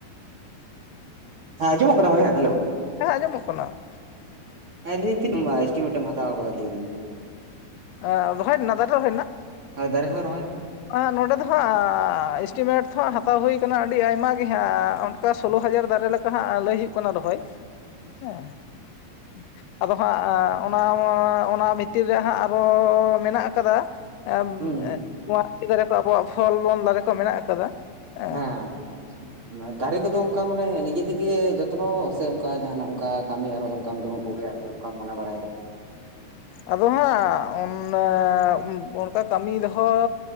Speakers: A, on the right; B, on the left.
A: ᱦᱮᱸ, ᱟᱡᱚᱢᱚᱜ ᱠᱟᱱᱟ ᱵᱚᱭᱦᱟ ᱦᱮᱞᱳ?
B: ᱦᱮᱸ, ᱟᱸᱡᱚᱢᱚᱜ ᱠᱟᱱᱟ ᱾
A: ᱦᱮᱸ, ᱪᱮᱫ ᱦᱚᱸᱵᱟᱝ ᱮᱥᱴᱤᱢᱮᱴ ᱮᱢ ᱦᱟᱛᱟᱣ ᱟᱠᱟᱫᱟ ᱞᱟᱹᱭ ᱵᱤᱱ?
B: ᱮ ᱨᱚᱦᱚᱭ ᱨᱮᱱᱟᱜ ᱫᱟᱨᱮᱹ ᱨᱚᱦᱚᱭ ᱨᱮᱱᱟᱜ?
A: ᱦᱮᱸ ᱫᱟᱨᱮᱹᱦᱚᱸ ᱨᱚᱦᱚᱭ ᱨᱮᱱᱟᱜ
B: ᱟᱸ ᱱᱚᱸᱰᱮ ᱫᱚ ᱦᱟᱸᱜ ᱮᱥᱴᱤᱢᱮᱴ ᱫᱚ ᱦᱟᱸᱜ ᱦᱟᱛᱟᱣ ᱦᱳᱭ ᱠᱟᱱᱟ ᱟᱹᱰᱤ ᱟᱭᱢᱟ ᱜᱮ ᱦᱟᱸᱜ, ᱚᱱ ᱠᱟ ᱥᱳᱞᱳ ᱦᱟᱡᱟᱨ ᱫᱟᱨᱮ ᱞᱮᱠᱟ ᱦᱟᱸᱜ ᱞᱟᱹᱭ ᱦᱳᱭᱳᱜ ᱠᱟᱱᱟ ᱨᱚᱦᱚᱭ ᱾
A: ᱯᱷᱟᱸᱠᱟ ᱜᱮᱭᱟ ᱾
B: ᱦᱮᱸᱦ ᱾ ᱟᱫᱚ ᱦᱟᱸᱜ ᱚᱱᱟ ᱚᱱᱟ ᱵᱷᱤᱛᱤᱨ ᱨᱮ ᱦᱟᱸᱜ ᱟᱨᱚ ᱢᱮᱱᱟᱜ ᱠᱟᱫᱟ ᱮ
A: ᱦᱩᱸ ᱦᱩᱸ
B: ᱱᱚᱣᱟ ᱡ <inaudible> ᱫᱟᱨᱮ ᱠᱚ ᱟᱵᱚᱣᱟᱜ ᱯᱷᱚᱞ ᱰᱚᱞ ᱫᱟᱨᱮ ᱠᱚ ᱢᱮᱱᱟᱜ ᱟᱠᱟᱫᱟ᱾ ᱦᱮᱸ
A: ᱦᱮᱸ ᱾ ᱫᱟᱨᱮᱹ ᱠᱚᱫᱚ ᱚᱱᱠᱟ ᱢᱟᱱᱮ ᱱᱤᱡᱮ ᱛᱮᱜᱮ ᱡᱚᱛᱱᱚ ᱥᱮ ᱚᱱᱠᱟ ᱡᱟᱦᱟᱱᱟᱜ ᱚᱱᱠᱟ ᱠᱟᱹᱢᱤ ᱟᱨᱚ ᱚᱱᱠᱟᱢ ᱫᱚᱦᱚ ᱠᱚᱜᱮᱭᱟ ᱟᱨᱠᱤ ᱚᱱᱠᱟᱢ ᱢᱚᱱᱮ ᱵᱟᱲᱟᱭ ᱫᱟ?
B: ᱟᱫᱚ ᱦᱟᱸᱜ ᱚᱱ-ᱚᱱᱠᱟ ᱠᱟᱢᱤ ᱫᱚᱦᱚ